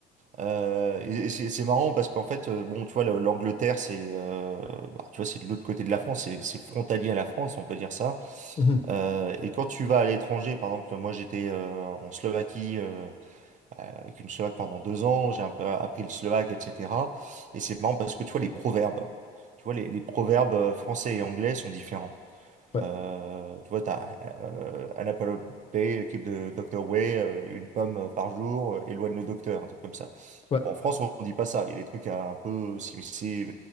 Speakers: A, on the right; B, on the left.
A: Euh, et et c'est c'est marrant parce qu'en fait, euh, bon, tu vois, le- l'Angleterre, c'est, euh, bah, tu vois, c'est de l'autre côté de la France, c'est c'est frontalier à la France, on peut dire ça.
B: <laughs> Mhm.
A: Euh, et quand tu vas à l'étranger, par exemple, moi j'étais euh, en Slovaquie euh, avec une Slovaque pendant deux ans, j'ai un peu appris le slovaque, etc. Et c'est marrant parce que tu vois, les proverbes, tu vois, les, les proverbes euh, français et anglais sont différents.
B: ouais,
A: Euh, tu vois, tu as un Apple Day, équipe de Dr. Way, euh, une pomme euh, par jour, euh, éloigne le docteur, un truc comme ça.
B: ouais,
A: Bon, en France, on dit pas ça. Il y a des trucs un peu. si- C'est